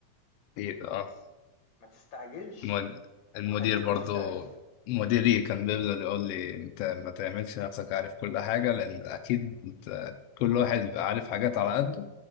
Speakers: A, on the left; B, on the left.
A: أكيد اه
B: ما تستعجلش
A: المد- المدير
B: وخليك
A: برضو
B: محترف
A: مديري كان بيفضل يقول لي أنت ما تعملش نفسك عارف كل حاجة لأن أكيد أنت كل واحد بيبقى عارف حاجات على قده